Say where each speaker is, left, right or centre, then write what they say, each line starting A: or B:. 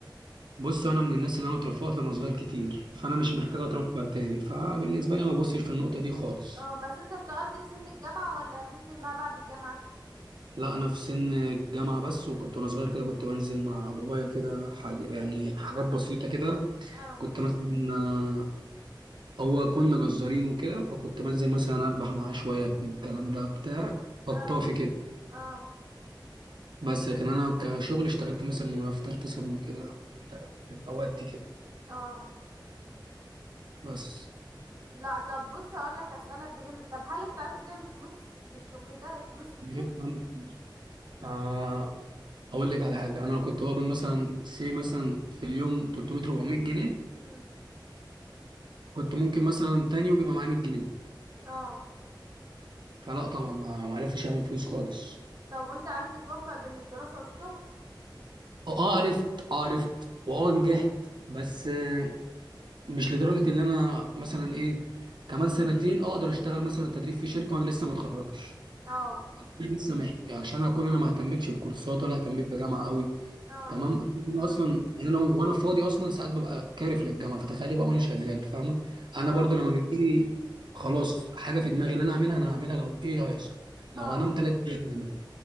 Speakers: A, on the right (about 65°); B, on the right (about 45°).
A: بص انا من الناس اللي انا اترفعت وانا صغير كتير فانا مش محتاج اترفع تاني فبالنسبه لي ما ببصش في النقطه دي خالص
B: اه بس انت اشتغلت في سن الجامعة ولا سن ما بعد الجامعة
A: لا انا في سن الجامعه بس وكنت وانا صغير كده كنت بنزل مع بابايا كده حاجة يعني حاجات بسيطه كده
B: اه
A: كنت مثلا آه، هو كنا جزارين وكده فكنت بنزل مثلا اذبح معاه شويه من الكلام ده بتاع خطافي
B: اه
A: كده
B: اه
A: بس لكن انا كشغل اشتغلت مثلا وانا في ثالثه ثانوي كده في الاوقات دي كده
B: اه
A: بس
B: لا طب بص اقول لك اسالك بجانب طب هل انت عرفت تعمل فلوس في الشغل ده فلوس كتير
A: جيت عندي فلوس. آه، اقول لك على حاجه انا لو كنت بقبض مثلا سي مثلا في اليوم 300 400 جنيه
B: امم
A: كنت ممكن مثلا تاني يوم يبقى معايا 100 جنيه
B: اه
A: فلا طبعا ما ما عرفتش اعمل فلوس خالص
B: طب وانت عرفت توفق بين الدراسة والشغل
A: اه عرفت اه عرفت واه نجحت بس آه، مش لدرجه اللي انا مثلا ايه كمان سنتين اقدر اشتغل مثلا تدريب في شركه وانا لسه ما اتخرجتش
B: اه
A: هكون لسه محت... يعني عشان اكون انا ما اهتمتش بكورسات ولا اهتميت بجامعه قوي
B: اه
A: تمام انا
B: اه
A: اصلا يعني انا وانا فاضي اصلا ساعات ببقى كارف للجامعه فتخيلي بقى وانا شغال فاهمه انا
B: اه
A: برضو لما بيجي لي خلاص حاجه في دماغي اللي انا اعملها انا هعملها لو ايه هيحصل لو
B: اه
A: هنام ثلاث ايام هعملها